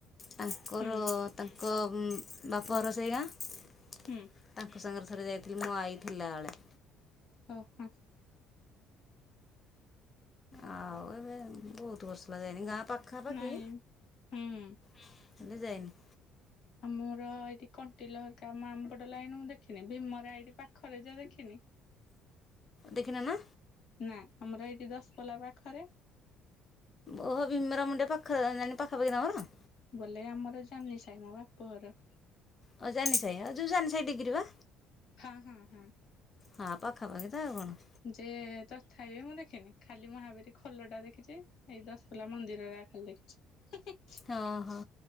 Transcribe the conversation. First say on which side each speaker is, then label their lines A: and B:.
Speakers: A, on the left; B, on the left.
A: ତାଙ୍କର
B: ହୁଁ।
A: ତାଙ୍କ ବାପ ଉ ଘର ସେଇ ଗାଁ।
B: ହୁଁ।
A: ତାଙ୍କ ସାଙ୍ଗରେ ଥରେ ଯାଇଥିଲି ମୋ ଆଇ ଥିଲା ବେଳେ।
B: ଓହୋ।
A: ଆ ଏବେ ବହୁତ ବର୍ଷହେଲା ଯାଇନି ଗାଁ ପାଖାପାଖି?
B: ନାଇଁ ହୁଁ।
A: ହୁଁ ହେଲେ ଯାଇନି।
B: ଆମର ଏଇଠି କଣ୍ଟିଲ ହେରିକା ମୁ ଆମ ପଟ ଲାଇନ ମୁଁ ଦେଖିନି। ଭୀମରା ଏଇଠି ପାଖରେ ଯେ ଦେଖିନି।
A: ଦେଖିନ ନା?
B: ନା ଆମର ଏଇଠି ଦଶପଲା ପାଖରେ
A: ଓହୋ ଭୀମର ମୁଣ୍ଡ ପାଖ ପାଖାପାଖି ତମର?
B: ବଲେ ଆମର ଜାନି ସାଇ ମୋ ବାପଘର।
A: ଓ ଜାନି ସାହି ଆ ଯୋଉ ଯାନି ସାହି ଡିଗ୍ରୀ ବା।
B: ହଁ ହଁ ହଁ
A: ହଁ ପାଖାପାଖି ତ ଆଉ କଣ।
B: ଯେ ତଥାପି ମୁଁ ଦେଖିନି ଖାଲି ମହାବୀର ଖୋଲଟା ଦେଖିଛି ଏଇ ଦଶପଲା ମନ୍ଦିରରା ଖାଲି ଦେଖିଛି।
A: ହଁ ହୋ